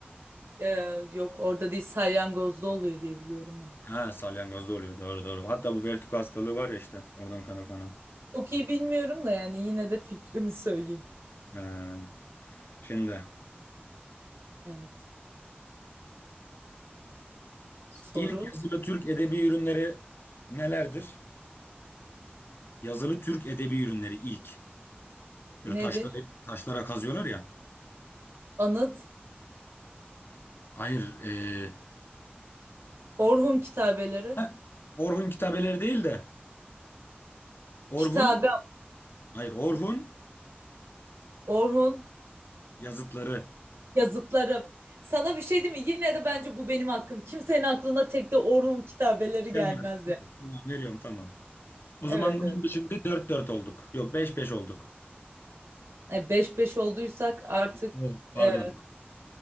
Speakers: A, on the right; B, on the left.
A: Ee, yok orada değil salyangozda oluyor diye biliyorum ben.
B: Ha salyangozda oluyor. Doğru doğru. Hatta bu vertigo hastalığı var ya işte. Oradan kaynaklanan.
A: Çok iyi bilmiyorum da yani yine de fikrimi söyleyeyim.
B: Ee, şimdi.
A: Evet. Soru
B: ilk yazılı Türk edebi ürünleri nelerdir? Yazılı Türk edebi ürünleri ilk. Böyle
A: nedir?
B: taşlara, taşlara kazıyorlar ya.
A: Anıt,
B: Hayır. e,
A: Orhun kitabeleri,
B: ha, Orhun kitabeleri değil de Orhun.
A: kitabe,
B: Hayır Orhun
A: Orhun
B: yazıtları.
A: yazıtları. Sana bir şey diyeyim mi? Yine de bence bu benim hakkım. Kimsenin aklına tek de Orhun kitabeleri
B: Gelmez.
A: gelmez
B: Evet,
A: ya.
B: tamam veriyorum tamam. O
A: Evet
B: zaman ne oldu
A: evet.
B: şimdi? dört dört olduk. Yok beş beş olduk.
A: E, 5-5 olduysak artık
B: Evet. Pardon.
A: e,